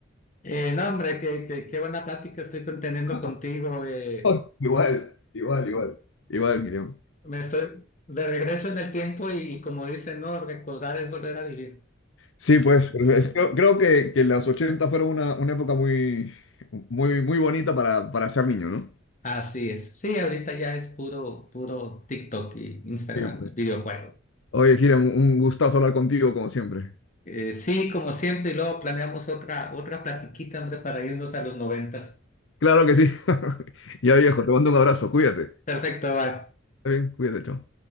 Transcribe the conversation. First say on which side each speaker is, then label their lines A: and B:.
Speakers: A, on the left; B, on the left.
A: Eh, no, hombre, qué, qué, qué buena plática estoy conteniendo
B: <laughs>
A: contigo. eh.
B: Igual, igual, igual, igual, Miriam.
A: me estoy de regreso en el tiempo y, y como dicen, no, recordar es volver a vivir.
B: Sí, pues, pero es- creo, creo que, que los 80 fueron una, una época muy, muy, muy bonita para, para ser niño, ¿no?
A: Así es. Sí, ahorita ya es puro, puro TikTok y Instagram
B: Sí, pues.
A: y videojuego.
B: Oye, Hiram, un un gustazo hablar contigo como siempre.
A: Eh, sí, como siempre, y luego planeamos otra, otra platiquita, hombre, para irnos a los noventas.
B: Claro que sí. <laughs> Ya viejo, te mando un abrazo, cuídate.
A: Perfecto, bye.
B: Está bien, cuídate, chao.